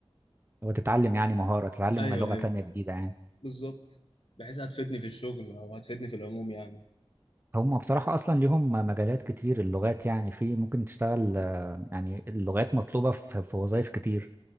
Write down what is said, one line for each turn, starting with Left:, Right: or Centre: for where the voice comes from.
Right: وتتعلم يعني مهارة تتعلم
Left: ايوه
Right: لغة
Left: ايوه
Right: تانية جديدة يعني
Left: بالظبط بحيث هتفيدني في الشغل او هتفيدني في العموم يعني
Right: هم بصراحة أصلا ليهم مجالات كتير اللغات يعني في ممكن تشتغل آه، يعني اللغات مطلوبة في في وظائف كتير